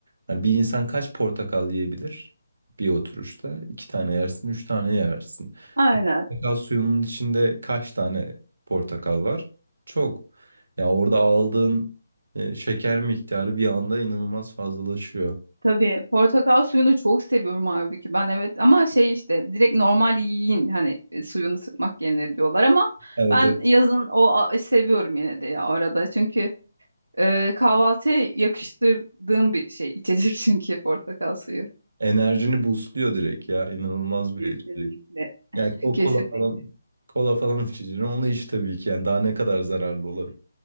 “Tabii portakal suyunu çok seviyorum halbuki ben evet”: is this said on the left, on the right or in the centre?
Right